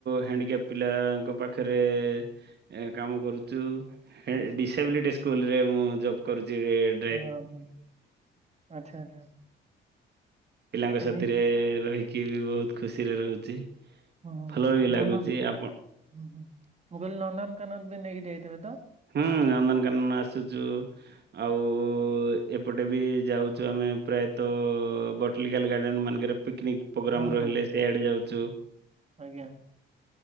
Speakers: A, on the right; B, on the right.
A: ହ୍ୟାଣ୍ଡିକ୍ୟାପ ପିଲାଙ୍କ ପାଖରେ ଏ କାମ କରୁଛୁ। ଏ
B: ଆଚ୍ଛା
A: ଡିସାବିଲିଟି ସ୍କୁଲରେ ମୁଁ ଜବ୍ କରୁଛି ଏବେ।
B: ହଁ ହଁ ଆଚ୍ଛା ଆଚ୍ଛା।
A: ପିଲାଙ୍କ ସାଥିରେ
B: ନେଇ
A: ରହିକି ବି ବହୁତ ଖୁସିରେ ରହୁଛି।
B: ହୁଁ
A: ଭଲ ବି ଲାଗୁଛି
B: ନନ୍ଦନ ହୁଁ
A: ଆପଣ
B: ହୁଁ ମୁଁ କହିଲି ନନ୍ଦନକାନନ ବି ନେଇକି ଯାଇଥିବେ ତ?
A: ହୁଁ ନନ୍ଦନକାନନ ଆସୁଛୁ। ଆଉ-ଉ-ଉ ଏପଟେ ବି ଯାଉଛୁ ଆମେ ପ୍ରାୟତଃ-ଅ ବ ଗାଡେନ ମାଙ୍କରେ ପିକନିକ ପ୍ରୋଗ୍ରାମ
B: ହଁ
A: ରହିଲେ
B: ହଁ
A: ସେଇଆଡେ ଯାଉଛୁ।
B: ଆଜ୍ଞା।